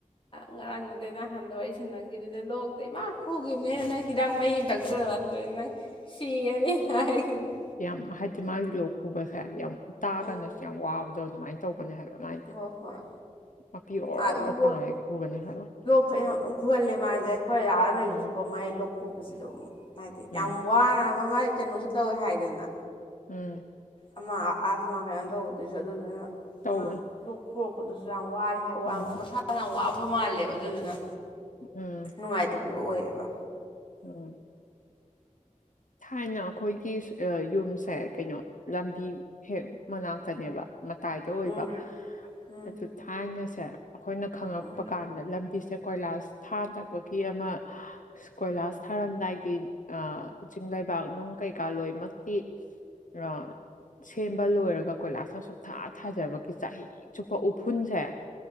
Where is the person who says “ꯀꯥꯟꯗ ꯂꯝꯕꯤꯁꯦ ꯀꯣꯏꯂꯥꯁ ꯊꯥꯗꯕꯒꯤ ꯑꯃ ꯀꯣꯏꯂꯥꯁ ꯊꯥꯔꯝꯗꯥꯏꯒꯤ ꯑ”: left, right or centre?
Left